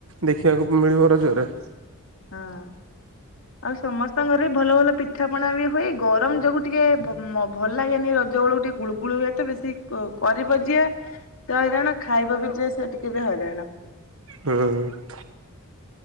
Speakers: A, on the right; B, on the left.
A: ଦେଖିବାକୁ ମିଳିବ ରଜରେ।
B: ହଁ। ଆଉ ସମସ୍ତଙ୍କ ଘରେ ଭଲ ଭଲ ପିଠା ପଣା ବି ହୁଏ, ଗରମ ଯୋଗୁ ଟିକେ ଭ ଭଲ ଲାଗେନି ରଜ ବେଳୁ। ଟିକେ ଗୁଳୁଗୁଳ ହୁଏ ତ ବେଶୀ କରିବ ଯିଏ ସେ ହଇରାଣ ଖାଇବ ବି ଯିଏ ସେ ଟିକେ ବି ହଇରାଣ।
A: ହୁଁ।